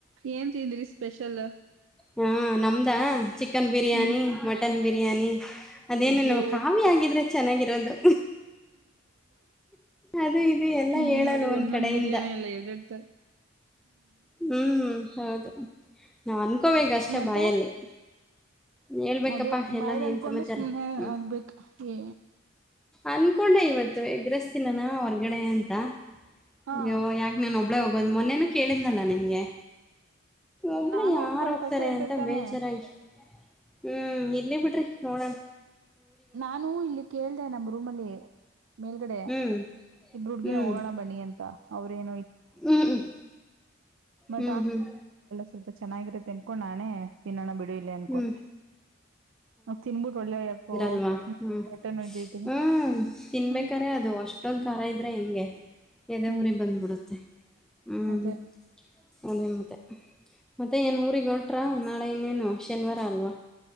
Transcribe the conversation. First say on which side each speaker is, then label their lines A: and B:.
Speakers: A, on the right; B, in the centre.
A: ಏನ್ ತಿಂದ್ರಿ ಸ್ಪೆಷಲ್
B: ಹಾ ನಮ್ದ ಚಿಕನ್ ಬಿರಿಯಾನಿ
A: ಹ್ಮ್
B: ಮಟನ್ ಬಿರಿಯಾನಿ ಅದೇನು
A: ಅಯ್ಯೋ
B: ನಮ್ಮ ಕಾವಿ ಆಗಿದ್ರೆ ಚೆನ್ನಾಗಿರೋದು ಅದು ಇದು ಎಲ್ಲ
A: ಹ್ಮ್
B: ಹೇಳಲ್ಲ
A: ನೋಡಿ
B: ಒಂದ್
A: ಒಂದ ಮಂತ್
B: ಕಡೆಯಿಂದ
A: ಬಿರಿಯಾನಿ ಎಲ್ಲ ಎರಡ ಇಡ್ತಾರೆ
B: ಹ್ಮ್ ಹೌದು ನಾವ್ ಅನ್ಕೋಬೇಕಷ್ಟೇ
A: ಮತ್ತೆ
B: ಬಾಯಲ್ಲಿ ಹೇಳ್ಬೇಕಪ್ಪಾ
A: ಅದೇ ಬಾಯ
B: ಎಲ್ಲ ಏನ್
A: ಅಲ್ಕೊಂಡ್ರೆ
B: ಸಮಾಚಾರ
A: ಸುಮ್ನೆ
B: ಹ್ಮ್
A: ಅಲ್ಬೇಕೇ
B: ಅನ್ಕೊಂಡೆ ಇವತ್ತು ಎಗ್ ರೈಸ್ ತಿನ್ನನ ಹೊರ್ಗಡೆ ಅಂತ
A: ಹಾ
B: ಅಯ್ಯೋ ಯಾಕ್ ನಾನ್ ಒಬ್ <unintelligible> ಮೊನ್ನೆನು ಕೇಳಿದ್ನಲ್ಲಾ ನಿಮ್ಗೆ ಒಬ್ಳು
A: ನಾನು
B: ಯಾರ
A: ಅನ್ಕೊಂಡೆ
B: ಹೋಗ್ತಾರೆ
A: ಫಸ್ಟ್ ಹೇಳ್ಬೇಕ
B: ಅಂತ
A: ತಾನೆ
B: ಬೇಜಾರಾಗಿ ಹ್ಮ್ ಇಲ್ಲಿ ಬಿಡ್ರಿ ನೋಡಣ
A: ನಾನು ಇಲ್ಲಿ ಕೇಳ್ದ ನಮ್ಮ್ ರೂಮ್ ಅಲ್ಲಿ ಮೇಲ್ಗಡೆ
B: ಹ್ಮ್
A: <inaudible> ಇಬ್ರು ಹುಡ್ಗನ
B: ಹ್ಮ್
A: ಹೋಗೋಣ ಬನ್ನಿ ಅಂತ ಅವ್ರ ಇ
B: ಹ್ಮ್ ಹ್ಮ್
A: ಮ
B: ಹ್ಮ್ ಹ್ಮ್
A: <inaudible> ಚೆನ್ನಾಗಿರುತ್ತೆ ಅನ್ಕೊಂಡ್ ನಾನೇ ತಿನ್ನೋಣ ಬಿಡ ಇಿಲ್ಲ ಅನ್ಕೊಂಡೆ
B: ಹ್ಮ್
A: ನ ತಿನ್ಬಿಟ್ಟು ಒಳ್ಳೆ <inaudible>
B: ಲ್ವಾ
A: ಹ್ಮ್
B: ಹ್ಮ
A: ಹೊಟ್ಟೆ ನೋಯ್ತೈತಿ
B: ಹ್ಮ್ ತಿನ್ಬೇಕ್ರ
A: ಹ್ಮ್
B: ಅದು ಅಷ್ಟೊಂದ ಖಾರ ಇದ್ರೆ ಹೆಂಗ ಹಗೆ ಎದೆ
A: ಹ್ಮ್
B: ಊರಿಗೆ ಬಂದ್ಬಿಡುತ್ತೆ ಹ್ಮ್.
A: ಅದೇ
B: ಅದೇ ಮತ್ತೆ ಮತ್ತೆ ಏನು ಊರಿಗೆ ಹೊರಟ್ರ ನಾಳೆ ಇನ್ನೇನು ಶನಿವಾರ ಅಲ್ವಾ